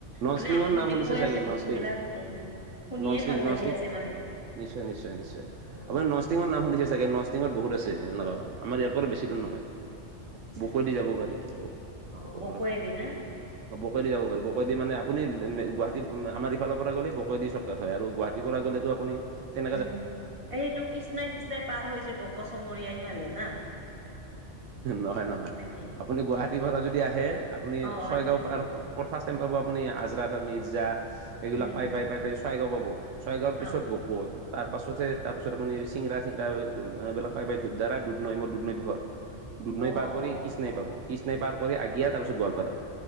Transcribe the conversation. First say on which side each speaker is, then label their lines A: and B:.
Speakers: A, on the right; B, on the right.
A: ননষ্টিঙৰ
B: মানে আপুনি
A: নাম
B: যে
A: শুনিছে
B: কৈ
A: চাগে
B: আছে বস্তু
A: ননষ্টিং
B: বিলাক উম, শুনিয়ে
A: ননষ্টিং
B: ভাল লাগি
A: ননষ্টিং
B: আছে মানে।
A: নিশ্চয় নিশ্চয় নিশ্চয়,
B: উম
A: আপুনি নষ্টিঙৰ
B: ঠিকে
A: নাম শুনিছে চাগে নষ্টিঙত বহুত আছে ন' আমাৰ ইয়াত বৰ বেছি
B: অ
A: দূৰ নহয়
B: আচ্ছা
A: বকৈ দি যাব পাৰি বক
B: অ
A: বকৰ
B: বকৈয়েদি
A: পৰা ভিতৰত
B: না
A: বকৈ দি যাব পাৰব বকৈ দি মানে আপুনি নে নে গুৱাহাটী আমাৰ এই ফালৰ পৰা গ'লে বকৈ দি ছত কাট হয় আৰু গুৱাহাটী পৰা গ'লেটো আপুনি তেন
B: উম হুম এইটো কৃষ্ণাই তৃষ্ণাই পাৰ হৈ যাব কচমৰিয়া হিফালে না।
A: নহয় নহয়
B: নেকি
A: আপুনি গুৱাহাটীৰ পৰা যদি আহে আপুনি
B: অ অ'
A: ছৱাইগাঁও
B: আচ্ছা আচ্ছা
A: পাৰ পৰ ফাৰ্ষ্ট টাইম পাব আপুনি আজৰাতা নিৰ্জা এইবিলাক
B: উম
A: পাই
B: হম
A: পাই পাই পাই চৱাইগাও পাব। ছৰাইগাঁৱৰ
B: অ
A: পিছত বকত। তাৰপাছতহে তাৰ পাছত আপুনি চিংৰা চিংৰা এই তোম এইবিলাক পাই পায় ধূপধাৰা দুধনৈ মৰ দুধনৈত ঘৰ।
B: <inaudible>
A: দুধনৈ পাৰ কৰি
B: অ
A: কৃষ্ণাই পাব।
B: উম,
A: কৃষ্ণাই পাৰ কৰি আগিয়া, তাৰ পিছত গোৱালপাৰা।